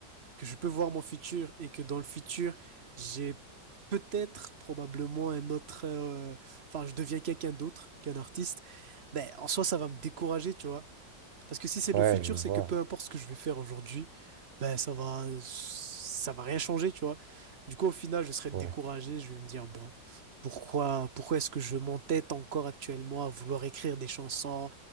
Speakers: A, on the right; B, on the right.
A: que je peux voir mon futur et que dans le futur, j'ai peut-être, probablement un autre, euh, enfin, je deviens quelqu'un d'autre qu'un artiste, ben, en soi, ça va me décourager, tu vois. Parce que si c'est
B: Ouais,
A: le futur,
B: je vois.
A: c'est que peu importe ce que je vais faire aujourd'hui, ben ça va, ça va rien changer, tu vois. Du coup, au final, je serai découragé.
B: Ouais,
A: Je vais me dire, bon, pourquoi, pourquoi est-ce que je m'entête encore actuellement à vouloir écrire des chansons,